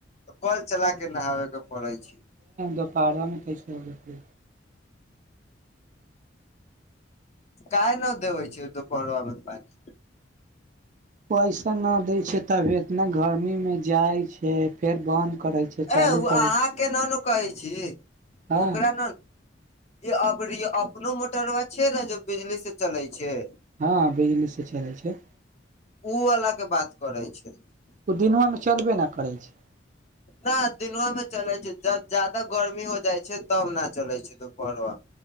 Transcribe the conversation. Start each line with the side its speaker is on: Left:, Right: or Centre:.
Left: कल चला के नहाबे के पड़ै छी।
Right: दोपहरोमे कैसे होबै
Left: काय नहि देबै छै दु पहर पारी
Right: पैसा न देय छै तबी एतना गर्मी मे जाय छै फेर बंद करे छै चालू
Left: ए ओ
Right: करै
Left: अहाँ
Right: छै
Left: के ने कहै छी
Right: हँ
Left: ओकरा य अबरी अपनो मोटरवा छै ने जो बिजली से चलै छै
Right: ह बिजली से चलै छै
Left: उ वाला के बात करे छै न
Right: ओ दिनवा मे चलबे न करै छै
Left: न दिनवा मे चलै छै, जब जादा गर्मी हो जाइ छै तब न चले छै दुपहरो मे